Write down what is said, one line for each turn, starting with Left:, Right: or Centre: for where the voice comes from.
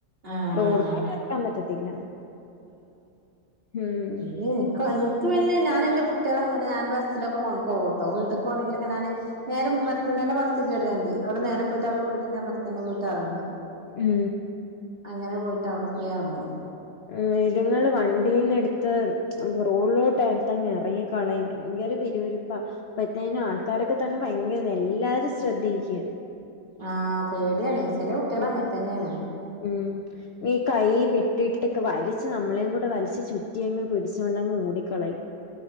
Right: ആഹ്
Left: റോഡ്ക്ക് എറക്കാൻ പറ്റത്തില്ല ഉം.
Right: ഇൻകൊ ഇൻക്ക് പിന്നെ ഞാൻ എന്റെ കുട്ടിയാളെ അങ്ങനെ ഞാ ബസ്സിലൊക്കെ കൊണ്ട ഓട്ടോ വീട്ട് കോണെങ്കിലൊക്കെ ഞാന് നേരെ ഉമ്മർത്ത്ന്നന്നെ ബസ് കേറ്യാതി. അവിടെ നേരെ പോയിട്ട് അടെ വീടിന്റെ തന്നെ പോയിട്ട് എർങ്ങാ.
Left: ഉം.
Right: അങ്ങനെ പോയിട്ട് അവിടെ പോയർങ്ങും.
Left: ആഹ് ഇതുങ്ങൾ വണ്ടീന്ന് എട്ത്ത് റോഡിലോട്ട് അട്ത്തങ്ങ് എറങ്ങി കളയും ഭയങ്കര പിരിപിരിപ്പാ അപ്പഴത്തേനും ആൾക്കാരൊക്കെ തന്നെ ഭയങ്കര എല്ലാരും ശ്രദ്ധിക്കും
Right: ആഹ് പേട്യാണെ ചെലേ കുട്ട്യേള്
Left: ഉം
Right: അങ്ങനത്തന്നേണ്
Left: ഉം. ഈ കൈ വിട്ടിട്ട് ക് വലിച്ച് നമ്മളേം കൂടെ വലിച്ച് ചുറ്റി അങ്ങ് പിടിച്ചോണ്ടങ്ങ് ഓടിക്കളയും. <inaudible>